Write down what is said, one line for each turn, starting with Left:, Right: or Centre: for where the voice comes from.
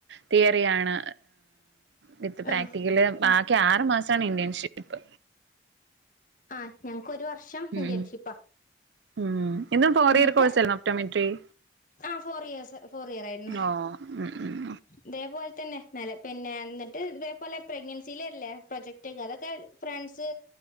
Right: തിയറിയാണ് വിത്ത് പ്രാക്ടിക്കല്
Left: ആഹ്
Right: ബാക്കി ആറ്ു മാസമാണ് ഇന്റേൺഷിപ്പ്
Left: ആ ഞങ്ങൾക്ക് ഒരുവർ
Right: ഉം
Left: ഇൻ്റേൺഷിപ്പ്
Right: ഉം ഉം ഇതും ഫോർ
Left: എന്നിട്ട്
Right: ഇയർ കോഴ്സായിരുന്നോ ഒപ്റ്റോമെട്രി
Left: ആ ഫോർ ഇയർ ഫോർ ഇയർ ആയിരുന്നു
Right: ഓ ഉം ഉം
Left: ഇതേപോലെ തന്നെ നല്ല പിന്നെ എന്നിട്ട് ഇതേപോലെ പ്രഗ്നൻസിൽല്ലേ പ്രൊജക്റ്റ് ഒക്കെ അതൊക്കെ ഫ്രണ്ട്സ്